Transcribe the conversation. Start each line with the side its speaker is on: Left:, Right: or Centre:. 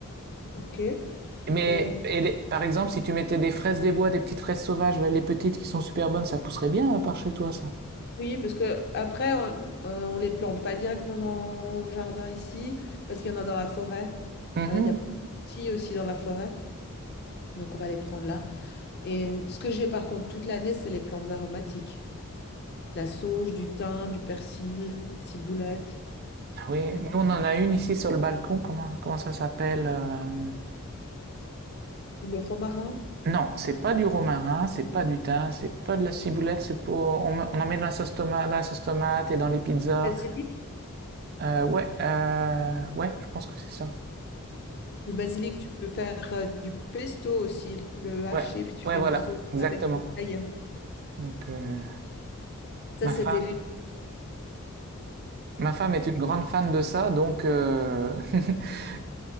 Left: OK.
Right: Mais
Left: Euh,
Right: et les- par exemple, si tu mettais des fraises des bois, des petites fraises sauvages, là, les petites qui sont super bonnes, ça pousserait bien à part chez toi, ça.
Left: oui, parce que après, on, euh, on les plante pas directement dans le jardin ici, parce qu'il y en a dans la forêt.
Right: Mhm.
Left: Euh, Il y a plein de petits aussi dans la forêt. Donc on va les prendre là. Et euh, ce que j'ai par contre toute l'année, c'est les plantes aromatiques. La sauge, du thym, du persil, ciboulette,
Right: Ah Oui,
Left: euh,
Right: nous on en a une ici sur le balcon. Comment, comment ça s'appelle? euh,
Left: le romarin.
Right: Non, c'est pas du romarin, c'est pas du thym, c'est pas de la ciboulette, c'est pour... On, on en met dans la sauce tomate, dans la sauce tomate et dans les pizzas.
Left: Basilic.
Right: Euh, ouais, euh, ouais, je pense que c'est ça.
Left: Le basilic, tu peux faire euh, du pesto aussi, le haché,
Right: Ouais,
Left: puis tu
Right: ouais,
Left: fais
Right: voilà,
Left: une sauce
Right: exactement.
Left: avec de l'ail.
Right: Donc, euh,
Left: Ça,
Right: ma
Left: c'est
Right: femme,
Left: délicieux.
Right: ma femme est une grande fan de ça, donc euh, <laughs>